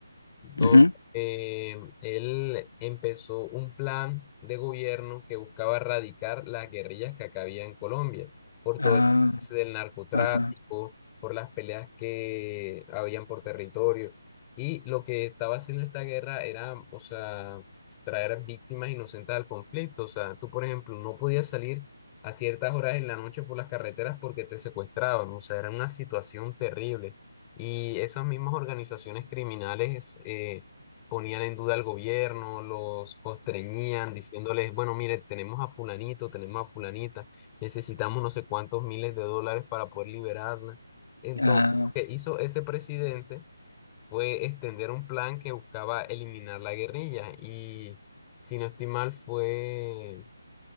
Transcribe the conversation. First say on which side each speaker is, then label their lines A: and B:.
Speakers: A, on the left; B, on the left.
A: donde
B: ujú.
A: eh, él empezó un plan de gobierno que buscaba erradicar las guerrillas que acá había en Colombia, por
B: Ah,
A: todo el tema del narcotráfico,
B: ajá.
A: por las peleas que habían por territorio. Y lo que estaba haciendo esta guerra era, o sea, traer víctimas inocentes al conflicto. O sea, tú, por ejemplo, no podías salir a ciertas horas en la noche por las carreteras porque te secuestraban. O sea, era una situación terrible. Y esas mismas organizaciones criminales eh, ponían en duda al gobierno, los constreñían diciéndoles, bueno, mire, tenemos a fulanito, tenemos a fulanita, necesitamos no sé cuántos miles de dólares para poder liberarla. Entonces,
B: Ah,
A: lo que hizo ese presidente fue extender un plan que buscaba eliminar la guerrilla. Y si no estoy mal, fue,